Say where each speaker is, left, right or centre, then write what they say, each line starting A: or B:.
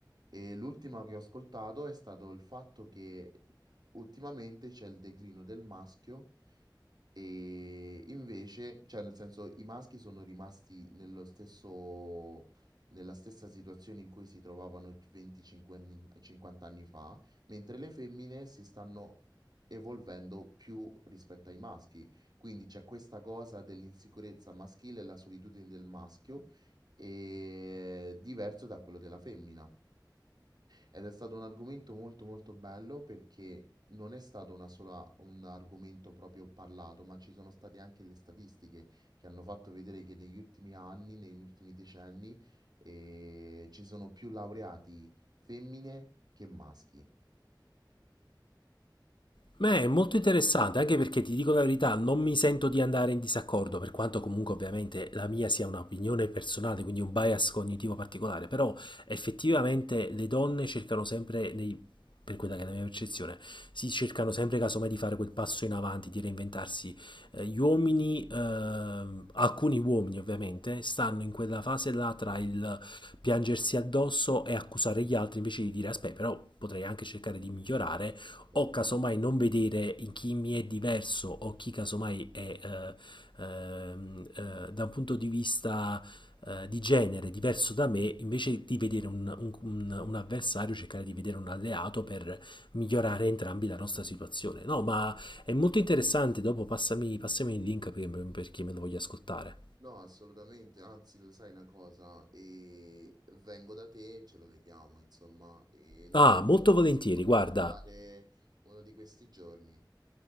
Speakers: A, on the right; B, on the left.
A: E l'ultima che ho ascoltato è stato il fatto che ultimamente c'è il declino del maschio e invece, cioè nel senso, i maschi sono rimasti nello stesso, nella stessa situazione in cui si trovavano 25 anni, 50 anni fa, mentre le femmine si stanno evolvendo più rispetto ai maschi. Quindi c'è questa cosa dell'insicurezza maschile e la solitudine del maschio, e diverso da quello della femmina. Ed è stato un argomento molto molto bello perché non è stato una sola, un argomento proprio parlato, ma ci sono state anche le statistiche che hanno fatto vedere che negli ultimi anni, negli ultimi decenni, eh, ci sono più laureati femmine che maschi.
B: Beh, è molto interessante, anche perché ti dico la verità, non mi sento di andare in disaccordo, per quanto comunque ovviamente la mia sia un'opinione personale, quindi un bias cognitivo particolare, però effettivamente le donne cercano sempre, nei- per quella che è la mia percezione, si cercano sempre casomai di fare quel passo in avanti, di reinventarsi. Eh, Gli uomini, ehm, alcuni uomini ovviamente, stanno in quella fase là tra il piangersi addosso e accusare gli altri invece di dire, aspetta, però potrei anche cercare di migliorare
A: Esatto.
B: o casomai non vedere in chi mi è diverso o chi casomai è eh, ehm, eh, da un punto di vista eh, di genere diverso da me, invece di vedere un, un- un- un avversario, cercare di vedere un alleato per migliorare entrambi la nostra situazione. No, ma è molto interessante, dopo passami, passami il link per, perché me lo voglio ascoltare.
A: No, assolutamente, anzi, lo sai una cosa, e vengo da te e ce lo vediamo, insomma, e non
B: Ah,
A: lo so,
B: molto
A: non ci
B: volentieri,
A: possiamo organizzare
B: guarda,
A: uno di questi giorni.